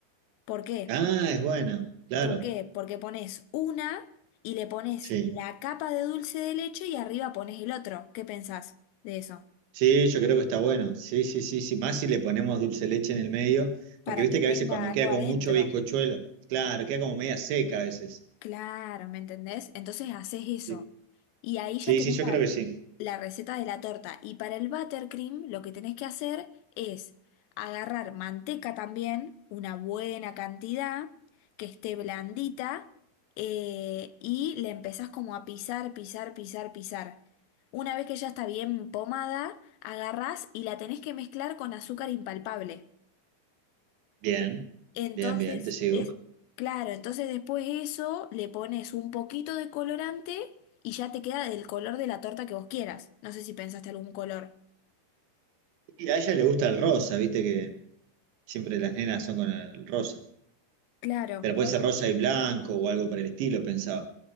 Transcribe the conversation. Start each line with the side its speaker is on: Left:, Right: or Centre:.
Left: ¿Por qué?
Right: Ah, es bueno, claro.
Left: ¿Por qué? Porque pones una y le pones
Right: Sí.
Left: la capa de dulce de leche y arriba pones el otro. ¿Qué pensás de eso?
Right: Sí, yo creo que está bueno. Sí, sí, sí, sí. Más si le ponemos dulce de leche en el medio, porque
Left: Para
Right: viste
Left: que
Right: que a
Left: tenga
Right: veces cuando
Left: algo
Right: queda
Left: adentro.
Right: con mucho bizcochuelo, claro, queda como media seca a veces.
Left: Claro, ¿me entendés? Entonces haces eso.
Right: Sí,
Left: Y ahí ya
Right: sí,
Left: tenés
Right: sí, yo
Left: la,
Right: creo que sí.
Left: la receta de la torta. Y para el buttercream lo que tenés que hacer es agarrar manteca también, una buena cantidad, que esté blandita, eh, y le empezás como a pisar, pisar, pisar, pisar. Una vez que ya está bien pomada, agarrás y la tenés que mezclar con azúcar impalpable.
Right: Bien,
Left: Entonces,
Right: bien, bien, te sigo.
Left: es claro, entonces después eso le pones un poquito de colorante y ya te queda del color de la torta que vos quieras. No sé si pensaste algún color.
Right: Y a ella le gusta el rosa, viste que siempre las nenas son con el rosa.
Left: Claro,
Right: Pero
Left: bueno,
Right: puede ser rosa y blanco o algo por el estilo, pensaba.